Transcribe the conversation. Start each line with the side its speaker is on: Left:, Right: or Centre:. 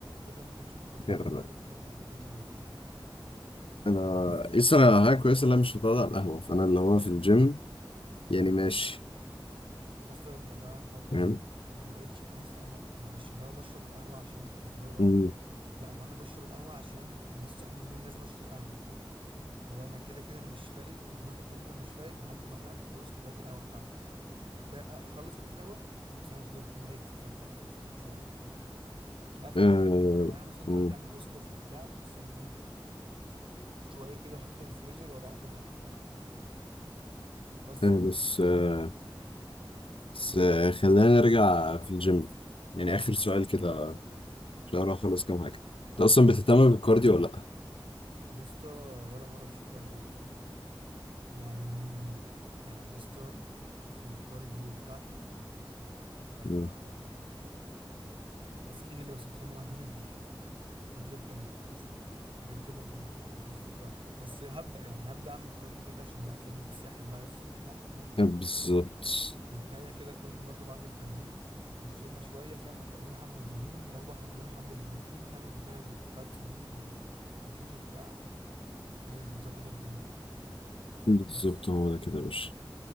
Right: الا ما اكونش كوبايه القهوه
Left: غير
Right: كده فاهم ما بكون نايم عادي جدا
Left: انا يسرا انا حاجة كويسة اللي انا مش بتقعد على القهوة فانا اللي هو في الجيم يعني ماشي
Right: يا اسطى انت فعلا الحوار ده
Left: فاهم
Right: جامد عامة. انا بقيتش يا اسطى انا انا مش اللي هو بشرب القهوه عشان افوق
Left: مم.
Right: لا هو انا بشرب القهوه عشان انا لسه صاحي من النوم لازم اشرب قهوه فاهم لو انا كده كده انا مش فايق واوتوماتيك هفضل مش فايق لحد ما فاهم اخلص كوبايه القهوه بتاعتي كده اخلص كوبايه القهوه عشان ابتدي دماغي تتفتح كده شويه شوية، فاهم بس بقى في
Left: آه،
Right: اليوم يعني انا مثلا
Left: مم.
Right: دلوقتي اعمل ايس كوفي وبتاع استنيه شويه كده وحطيتها في الفريزر واروح اخدها وبتاع بس
Left: آه،
Right: يعني
Left: بس آه، بس آه، خلينا نرجع في الجيم يعني اخر سؤال كده لا لا خلاص كام حاجة انت اصلا بتهتم بالكارديو ولا لا؟
Right: يا اسطى ولا مره مشيت كارديو برضو يعني يعني يا اسطى الكارديو بتاعتي
Left: مم.
Right: أم، التسخين اللي بسخنه قبل ال... <laughs> قبل التمرين مثلا غير كده ما, ما عنديش فكره عن الك- بس هبدا يعني هبدا اعمل كارديو كده كده عشان بقى فورمه الساحل بقى يا اسطى وبتاع فاهم
Left: <laughs> بالظبط
Right: التاية كده كل مرة بعد التمرين نشيلنا شوية فاهم نحرق لنا حبة دهون نروح احنا كلنا حبة بروتين نعمل مكان الفاتس دي بروتين وبتاع ايه وتظبط الدنيا يعني
Left: بالظبط
Right: بس
Left: هو ده كده يا باشا